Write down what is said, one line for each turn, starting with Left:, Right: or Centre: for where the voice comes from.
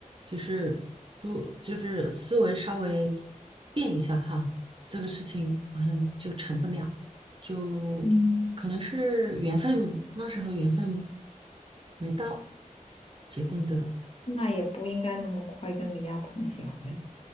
Right: 就是不就是思维稍微变一下哈，这个事情好像就成不了。就可能是缘分，
Left: 嗯，
Right: 那时候缘分没到结婚的。
Left: 那也不应该那么快跟李亚鹏结婚。